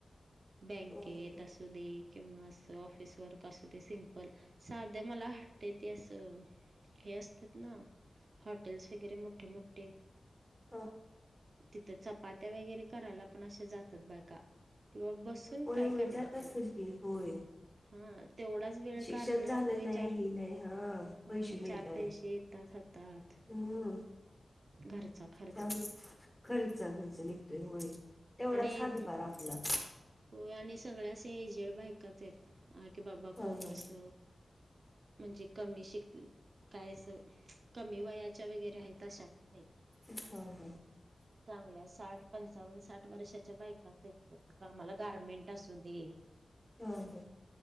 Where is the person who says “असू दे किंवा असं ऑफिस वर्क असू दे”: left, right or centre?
Right